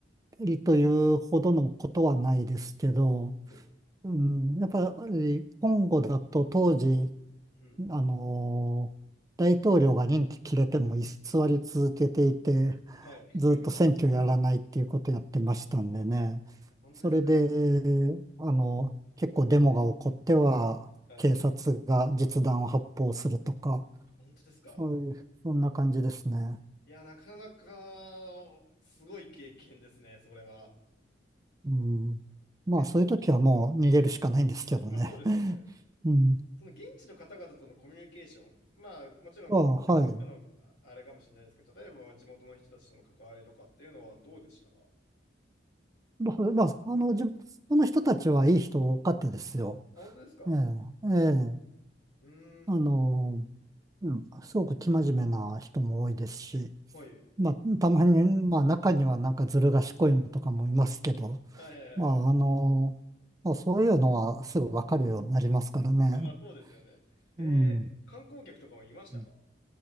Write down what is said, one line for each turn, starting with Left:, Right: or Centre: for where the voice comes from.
Right: りというほどのことはないですけど、
Left: はい
Right: うん、やっぱり今後だと当時、
Left: うん
Right: あのー大統領が任期切れても居座り続けていて、
Left: はい。
Right: ずっと選挙やらないっていうことやってましたんでね。
Left: 本当ですか
Right: それで、あの、結構デモが起こっては、
Left: はい。
Right: 警察が実弾を発砲するとか、
Left: 本当ですか
Right: そういう、そんな感じですね。
Left: いや、なかなか、すごい経験ですね、それは。
Right: うん。まあ、
Left: え、ど、
Right: そういう時はもう逃げるしかないんですけどね。
Left: うん。まあそうですよね。
Right: <laughs> うん。
Left: その現地の方々とのコミュニケーション、まあもちろん国と国とのああれかもしれないですけど、
Right: まあ、はい。
Left: 例えば地元の人たちとの関わりとかっていうのはどうでしたか
Right: まあ、まああの、じその人たちはいい人多かったですよ。
Left: あ、本当ですか
Right: ええ、ええ。
Left: うーん、
Right: あの、うん、すごく生真面目な人も多いですし、
Left: はい。
Right: まあ、たまに、まあ、中にはなんかずる賢いのとかもいますけど、
Left: はいはいはい。
Right: まあ、あの、まあ、そういうのはすぐわかるようになりますからね。
Left: あ、まあそうですよね。へえ、
Right: うん。
Left: 観光客とかもいましたかは
Right: う